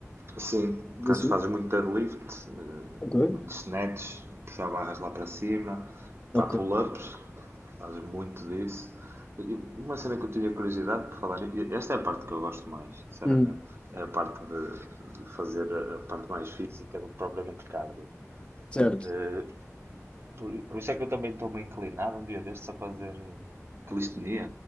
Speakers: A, on the right (about 50°); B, on the left (about 20°).
A: Sim,
B: Tipo
A: estás,
B: Assim?
A: fazes muito deadlift, eh,
B: Ok,
A: muito snatch, puxar barras lá para cima,
B: ok.
A: pá, pull-ups, fazes muito disso. E Uma cena que eu tinha curiosidade por falar, e esta é a parte que eu gosto mais, sinceramente,
B: Hum,
A: é a parte de de fazer a a parte mais física do que propriamente cardio.
B: certo.
A: Eh, Por, por isso é que eu também estou meio inclinado um dia destes a fazer eh, calistenia.